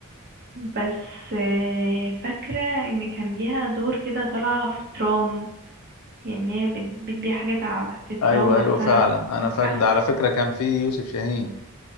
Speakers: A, on the right; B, on the left.
A: بس آه، فاكرة ان كان ليها دور كده طالعة في ترام يعني هي بت- بتبيع حاجات ع- في الترام
B: ايوه
A: نفسها
B: ايوه فعلا
A: و- وفي
B: انا فاكر
A: آخر
B: ده على فكره كان فيه يوسف شاهين